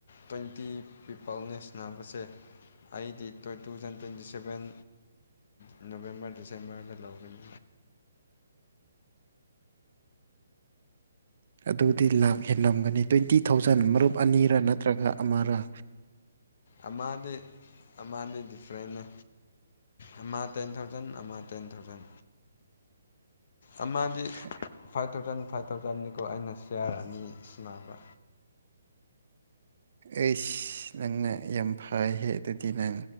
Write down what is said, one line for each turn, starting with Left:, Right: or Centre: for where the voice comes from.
Left: ꯇ꯭ꯋꯦꯟꯇꯤ ꯄꯤꯄꯜꯅꯦ ꯁꯥꯟꯅꯕꯁꯦ ꯑꯩꯗꯤ ꯇꯨ ꯊꯥꯎꯖꯟ ꯇ꯭ꯋꯦꯟꯇꯤ ꯁꯕꯦꯟ ꯎꯝ ꯅꯕꯦꯝꯕꯔ ꯗꯤꯁꯦꯝꯕꯔꯗ ꯂꯧꯒꯅꯤ
Right: ꯑꯗꯨꯗꯤ ꯂꯥꯛ ꯍꯦꯟꯂꯝꯒꯅꯤ ꯇ꯭ꯋꯦꯟꯇꯤ ꯊꯥꯎꯖꯟ ꯃꯔꯨꯞ ꯑꯅꯤꯔ ꯅꯠꯇ꯭ꯔꯒ ꯑꯃꯔ
Left: ꯑꯃꯅꯦ ꯑꯃꯅꯦ ꯗꯤꯐ꯭ꯔꯦꯟꯅꯦ ꯑꯃ ꯇꯦꯟ ꯊꯥꯎꯖꯟ ꯑꯃ ꯇꯦꯟ ꯊꯥꯎꯖꯟ ꯑꯃꯗꯤ
Right: ꯎꯝ <unintelligible>
Left: ꯐꯥꯏꯚ ꯊꯥꯎꯖꯟ ꯐꯥꯏꯚ ꯊꯥꯎꯖꯟꯅꯤꯀꯣ ꯑꯩꯅ ꯁꯤꯌꯥꯔ ꯑꯅꯤ ꯁꯥꯅꯕ
Right: ꯑꯩꯁ ꯅꯪꯅ ꯌꯥꯝ ꯐꯩꯍꯦ ꯑꯗꯨꯗꯤ ꯅꯪ